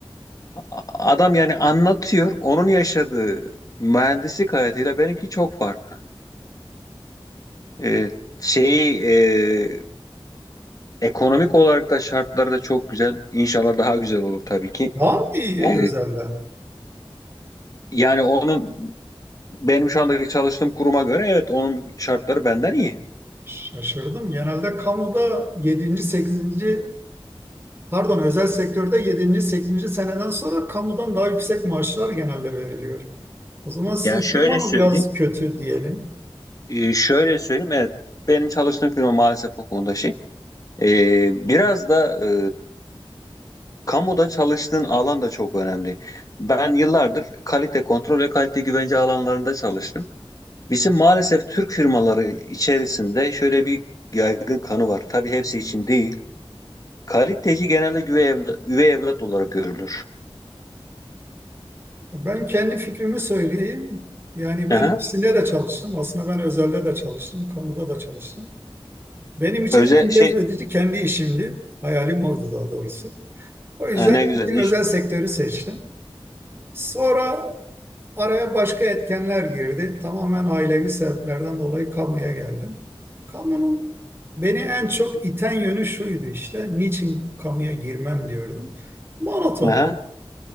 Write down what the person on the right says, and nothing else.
Daha iyi
özelden?
Şaşırdım. Genelde kamuda yedinci sekizinci pardon özel sektörde yedinci sekizinci seneden sonra kamudan daha yüksek maaşlar genelde veriliyor. O zaman sizin
firma mı
biraz kötü diyelim?
Ben kendi fikrimi söyleyeyim. Yani ben
ikisinde de çalıştım. Aslında ben özelde de çalıştım, kamuda da çalıştım. Benim için
en cezbedici
kendi işimdi. Hayalim oydu daha doğrusu. O yüzden
ilkin
özel sektörü seçtim. Sonra Araya başka etkenler girdi. Tamamen ailevi sebeplerden dolayı kamuya geldim. Kamunun beni en çok iten yönü şuydu işte. Niçin kamuya girmem diyordum. Monoton.